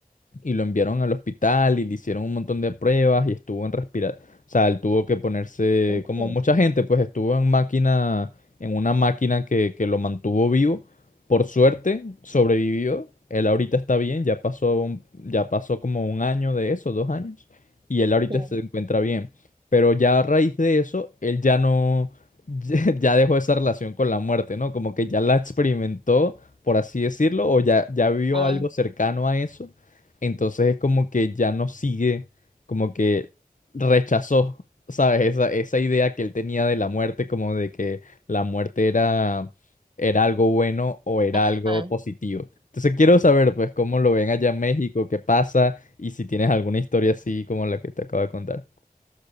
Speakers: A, on the left (about 55°); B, on the right (about 35°).
A: y lo enviaron al hospital y le hicieron un montón de pruebas y estuvo en respirar, o sea, él tuvo que ponerse,
B: ujú,
A: como mucha gente, pues estuvo en máquina, en una máquina que, que lo mantuvo vivo. Por suerte, sobrevivió. Él ahorita está bien, ya pasó un- ya pasó como un año de eso, dos años, y él ahorita
B: sí,
A: se encuentra bien. Pero ya a raíz de eso, él ya no, <laughs> ya dejó esa relación con la muerte, ¿no? Como que ya la experimentó, por así decirlo, o ya, ya vio
B: ah,
A: algo cercano a eso entonces es como que ya no sigue, como que rechazó, ¿sabes? Esa, esa idea que él tenía de la muerte, como de que la muerte era, era algo bueno o era
B: ajá.
A: algo positivo. Entonces quiero saber, pues, cómo lo ven allá en México, qué pasa y si tienes alguna historia así como la que te acabo de contar.